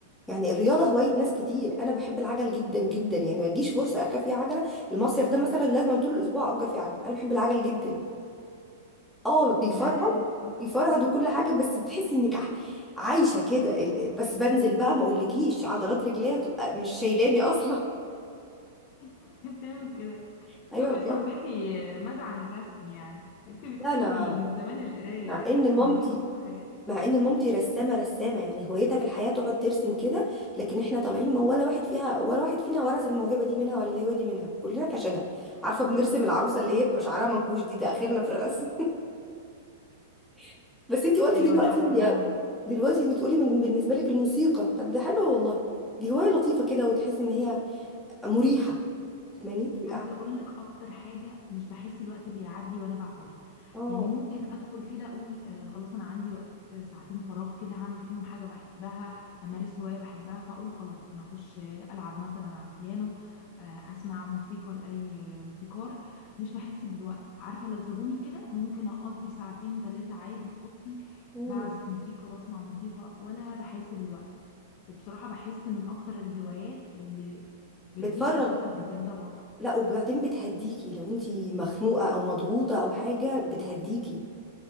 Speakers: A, in the centre; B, on the left (about 45°).
A: يعني الرياضة هواية ناس كتير انا بحب العجل جدا جدا يعني ما تجيش فرصة اركب فيها عجلة المصيف ده مثلا لازم طول الاسبوع اجر فيه عجل انا بحب العجل جدا اه بيفرهد
B: يا حلو قوي
A: بيفرهد وكل حاجة بس بتحسي انك ع- عايشة كده ال- بس بنزل بقى ما اقولكيش عضلات رجليا بتبقى مش شايلاني اصلا
B: <laughs> بتعمل كده
A: <laughs> ايوه
B: طب
A: بجد
B: يا صاحبتي آه، ماذا عن الرسم يعني انت بتحبي
A: لا انا
B: من زمان القراية
A: مع
B: الرسم
A: ان مامتي
B: ليه دور في حياتك
A: مع ان مامتي رسامه رسامه يعني هوايتها في الحياه تقعد ترسم كده لكن احنا طالعين ما ولا واحد فيها ولا واحد فينا ورث الموهبه دي منها ولا الهوايه دي منها كلنا فشلها عارفه بنرسم العروسه اللي هي بيبقى شعرها منكوش دي ده اخرنا في الرسم <laughs> بس انتي قلتي
B: ايوه
A: دلوقتي
B: انا عارفة الموضوع
A: <laughs> دلوقتي بتقولي من بالنسبه لك الموسيقى طب ده حلو والله دي هوايه لطيفه كده وتحسي ان هي مريحه فاهماني تبقي
B: عايزه
A: قاعدة-
B: اقول لك اكتر حاجه مش بحس الوقت بيعدي وانا بعملها
A: اه
B: يعني ممكن ادخل كده اقول آه خلاص انا عندي وقت ساعتين فراغ كده هعمل فيهم حاجه بحبها همارس هوايه بحبها فاقول خلاص انا اخش آه، العب مثلا على البيانو آه اسمع موسيقى لاي آه، موسيقار مش بحس بالوقت عارفه لو سابوني كده ممكن اقضي ساعتين ثلاثه عادي في اوضتي
A: مم.
B: بعزف موسيقى بسمع موسيقى ولا بحس بالوقت وبصراحه بحس من اكتر الهوايات اللي بتضيف
A: بتفرغ
B: ثقافه للانسان طبعا
A: لا وبعدين بتهديكي لو انتي مخنوقه او مضغوطه او حاجه بتهديكي